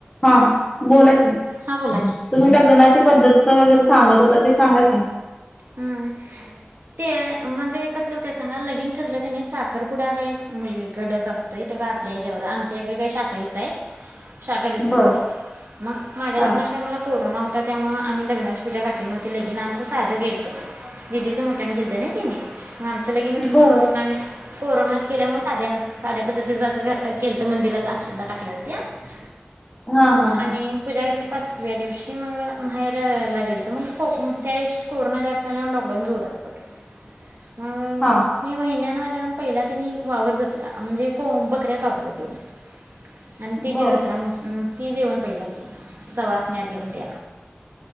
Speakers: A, on the left (about 20°); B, on the right (about 60°).
A: हा बोला कि,
B: हां बोला की
A: तुम्ही लग्नाची पध्दत वगैरे सांगत होतात. ते सांगा की?
B: हम्म ते म्हणजे कसं करतेय सांगा, लगिन ठरलं की नाही साखर पुढा काही मुलगी कडच असतोय ते का आपल्या याच्यावर आमच्या इकडं काही शाकाहारीच हाय. शाकाहारीच करत्यात,
A: बर
B: मग माझ्या
A: हा
B: लग्नाच्या टायमाला कोरोना होता. तर त्यामुळे आम्ही लगनाची पुजा घातली नव्हती, लगीन आमचं साधं केलं. दिदीचं मोठ्यानं केलतं नाय तेनी. मग आमचं लगीन
A: बर
B: आम्हीच कोरोनात केल्यामुळे साध्या साध्या पद्धतीचं असं केलं तर मंदिरात अक्षदा टाकल्या होत
A: हा हा हा
B: आणि पूजा घातली पाचव्या दिवशी मग माहेर लागेल तर मग कोक त्या दि कोरोना जास्त <unintelligible> लॉकडाऊन जोरात पडल मग
A: हा
B: मी महिन्या आ पहिला तेनी वावर जत्रा म्हणजे बकऱ्या कापल्या दोन आणि तचीी
A: बर
B: जत्रा म ती जेवण पहिलं केलं सवासण्यात तेन त